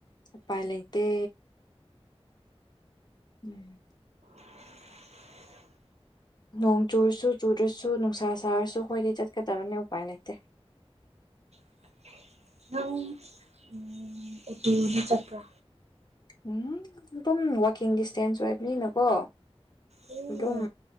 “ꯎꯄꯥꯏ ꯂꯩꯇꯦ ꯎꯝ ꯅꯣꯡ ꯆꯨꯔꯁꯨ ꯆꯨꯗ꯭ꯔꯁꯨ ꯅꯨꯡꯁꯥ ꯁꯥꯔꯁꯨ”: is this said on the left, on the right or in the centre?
Left